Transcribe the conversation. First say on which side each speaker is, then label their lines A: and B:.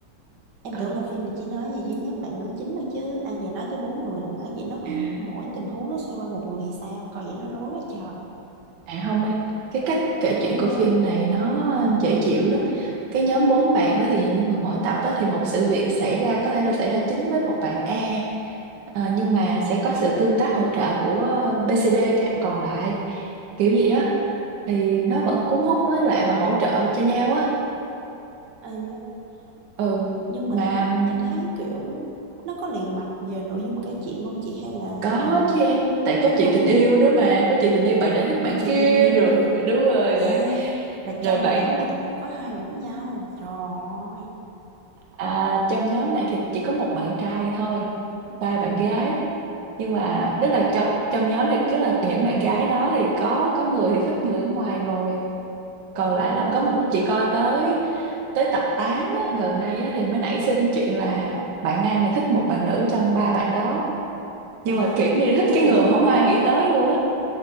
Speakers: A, on the right; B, on the right.
A: em
B: ừ
A: tưởng là phim này chỉ nói về duy nhất bạn nữ chính thôi chứ ai à, về nói tới bốn người là hả vậy nó cứ
B: à
A: mỗi tình huống nó xoay quanh một người thì sao coi vậy nó rối quá trời
B: À không em, cái cách kể chuyện
A: không
B: của
A: ngon
B: phim này nó dễ chịu lắm. Cái nhóm bốn bạn đó thì nhưng mà mỗi tập đó thì một sự việc xảy ra có thể là xảy ra chính với một bạn A Ờ, nhưng mà sẽ có sự tương tác hỗ trợ của BCD các bạn còn lại kiểu gì á thì nó vẫn cuốn hút với lại và hỗ trợ cho nhau á.
A: à, dạ.
B: Ừ
A: nhưng
B: mà
A: mà em
B: ừm,
A: em thấy kiểu nó có liền mạch về nội dung kể chuyện không chị hay là
B: có chứ em, tại
A: nó lung
B: có chuyện
A: tung
B: tình yêu nữa mà, có chuyện tình yêu bạn này thích
A: à,
B: bạn
A: chị
B: kia
A: tình yêu
B: rồi
A: nữa hả
B: đúng rồi
A: à
B: rồi
A: là
B: rồi
A: trong
B: bạn
A: một nhóm bạn mà có hai người với nhau trời ơi
B: À, trong nhóm này thì chỉ có một bạn trai thôi, ba bạn gái. Nhưng mà tức là trong trong nhóm thì cứ là những bạn gái đó thì có có người thì thích người ở ngoài rồi. Còn lại
A: ừ,
B: là có một chị coi tới tới tập 8 á, gần đây á, thì mới nảy sinh chuyện là bạn nam này thích một bạn nữ trong ba bạn đó. Nhưng
A: à
B: mà kiểu như thích
A: ủa
B: cái
A: gì
B: người
A: là
B: mà không ai nghĩ tới luôn á.